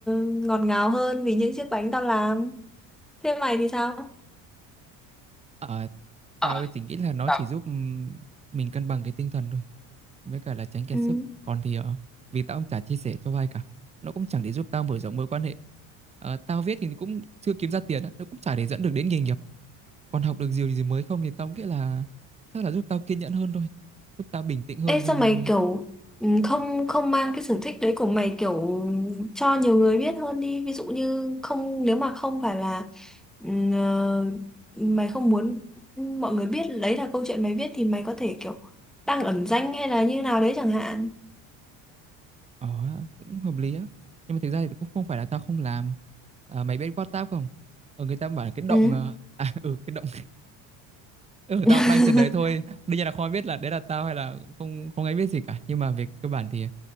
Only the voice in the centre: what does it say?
ngọt ngào hơn vì những chiếc bánh tao làm. Thế mày thì sao?
Ờ,
tao
Ừ.
Ê
sao mày kiểu ừ, không không mang cái sở thích đấy của mày kiểu cho nhiều người biết hơn đi. Ví dụ như không nếu mà không phải là ừ, ờ, mày không muốn mọi người biết đấy là câu chuyện mày biết thì mày có thể kiểu đăng ẩn danh hay là như nào đấy chẳng hạn.
Ừ.
<laughs>